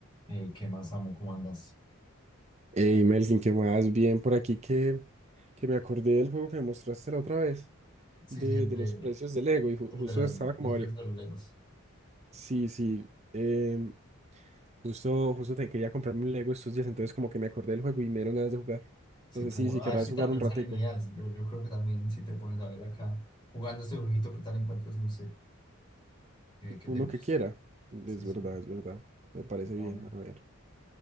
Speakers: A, on the left; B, on the right.
A: Eh, ¿qué más amo? ¿Cómo andas?
B: Hey Melkin, ¿qué más? Bien por aquí que, que me acordé del juego que me mostraste la otra vez,
A: Sí,
B: de,
A: sí, el
B: de
A: de,
B: los precios del Lego, y ju-
A: el
B: justo
A: de las
B: estaba como...
A: luces
B: abre-
A: de los Legos.
B: Sí, sí, em, justo, justo te quería comprarme un Lego estos días, entonces como que me acordé del juego y me dieron ganas de jugar.
A: Sí,
B: No sé
A: como,
B: si, si
A: a
B: querrás
A: ver si
B: jugar
A: también
B: un ratico,
A: salen ideas. Yo, yo creo que también si te pones a ver acá, jugando este jueguito, ¿qué tal encuentras? No sé, eh, que
B: uno
A: te guste.
B: que quiera.
A: Sí,
B: Es
A: sí,
B: verdad, es verdad, me parece
A: bueno.
B: bien, a ver.